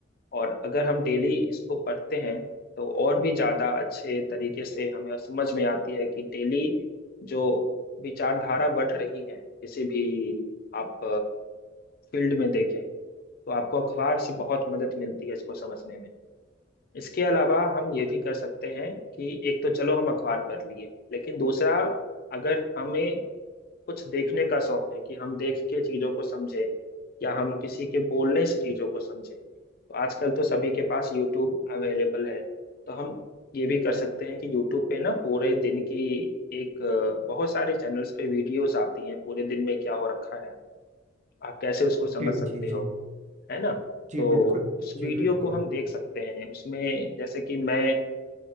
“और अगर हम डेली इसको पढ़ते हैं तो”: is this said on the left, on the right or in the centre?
Left